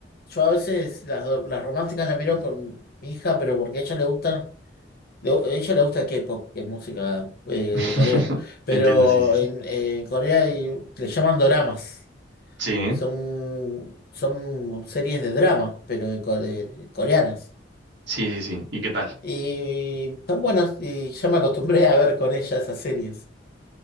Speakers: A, on the left (about 55°); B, on the right (about 70°).
A: yo a veces las, do- las románticas las miro con mi hija, pero porque a ella le gustan, le- a ella le gusta el K-pop, que es música eh,
B: <laughs>
A: de Corea. Pero
B: Entiendo, sí, sí, sí.
A: en, en Corea hay- le llaman doramas.
B: Sí.
A: Son, son series de drama, pero de co- de- coreanas.
B: Sí, sí, sí. ¿Y qué tal?
A: Y tan buenas, y ya me acostumbré a ver con ella esas series.